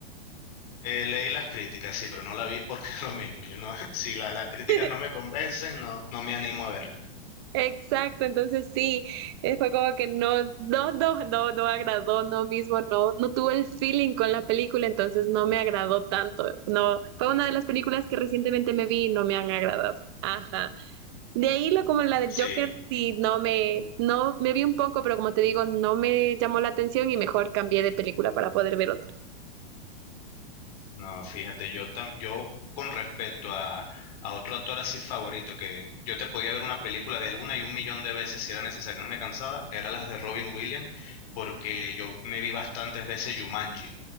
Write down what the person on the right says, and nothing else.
<laughs>
Exacto, entonces sí, eh, fue como que no, no, no, no, no agradó, no mismo, no, no tuvo el feeling con la película, entonces no me agradó tanto. No, fue una de las películas que recientemente me vi y no me han agradado. Ajá. De ahí la como la del
Joker, sí, no me, no me vi un poco, pero como te digo, no me llamó la atención y mejor cambié de película para poder ver otra.